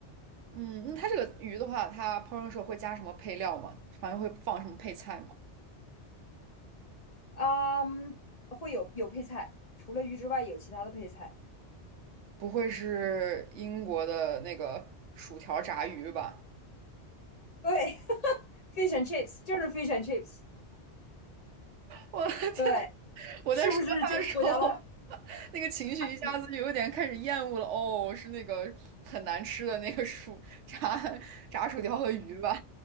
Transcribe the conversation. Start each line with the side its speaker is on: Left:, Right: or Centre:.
Right: 嗯，那它这个鱼的话，它烹饪的时候会加什么配料吗？反正会放什么配菜吗？
Left: 嗯，会有有配菜，除了鱼之外有其他的配菜。
Right: 不会是英国的那个薯条炸鱼吧？
Left: 对 <laughs>，fish and chips 就是 fish and chips。
Right: 我天，
Left: 对，
Right: 我在说他的时候，
Left: 是不是这个国家的？
Right: <laughs> 那个情绪一下子就有点开始厌恶了。
Left: <laughs> 你
Right: 哦，是那个很难吃的那个薯 <laughs> 炸炸薯条和鱼吧？